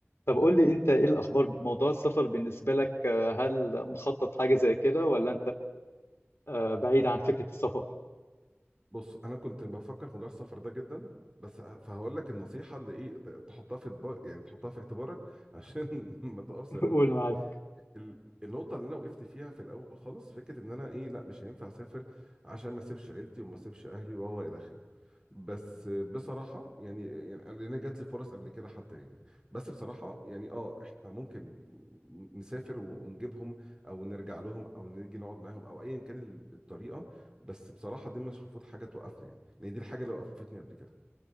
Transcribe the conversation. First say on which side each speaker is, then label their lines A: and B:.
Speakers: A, on the left; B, on the right.
A: طب قول لي انت ايه الاخبار بموضوع السفر بالنسبه لك آه، هل مخطط حاجه زي كده ولا آه، بعيد عن فكرة السفر
B: بص انا كنت بفكر في موضوع السفر ده جدا بس ه- فهقول لك النصيحه اللي ايه ت- تحطها في اطبا- يعني تحطها في اعتبارك عشان <laughs> ما تقفش زي
A: <laughs>
B: ما انا
A: قول
B: وقفت
A: معاك
B: ال- النقطة اللي أنا وقفت فيها في الأول خالص فكرة إن أنا إيه لأ مش هينفع أسافر عشان ما أسيبش عيلتي وما أسيبش أهلي وهو إلى آخره بس بصراحة يعني يعني أنا- لأن جات لي فرص قبل كده حتى يعني بس بصراحة يعني أه إحنا ممكن نسافر ونجيبهم أو نرجع لهم أو نيجي نقعد معاهم أو أيا كان ال- الطريقة بس بصراحة دي مش المفروض حاجة توقفنا يعني لأن دي الحاجة اللي وقفتني قبل كده